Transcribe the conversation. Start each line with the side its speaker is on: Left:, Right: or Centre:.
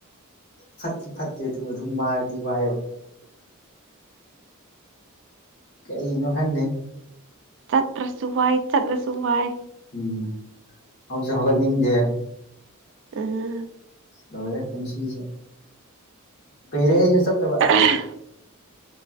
Left: ꯐꯠꯇꯤ ꯐꯠꯇꯦ ꯑꯗꯨꯕꯨ ꯑꯗꯨꯝ ꯋꯥꯏꯔꯗꯤ ꯋꯥꯏꯌꯦꯕ ꯀꯔꯤꯅꯣ ꯈꯪꯗꯦ
Right: ꯆꯠꯇ꯭ꯔꯁꯨ ꯋꯥꯏ ꯆꯠꯂꯁꯨ ꯋꯥꯏ
Left: ꯎꯝ ꯍꯧꯁꯨ ꯍꯧꯒꯠꯅꯤꯡꯗꯦ
Right: ꯎꯝ
Left: ꯂꯣꯏꯔꯦ ꯄꯨꯟꯁꯤꯁꯦ ꯀꯨꯏꯔꯦ ꯑꯩꯁꯨ ꯆꯠꯇꯕ
Right: <unintelligible>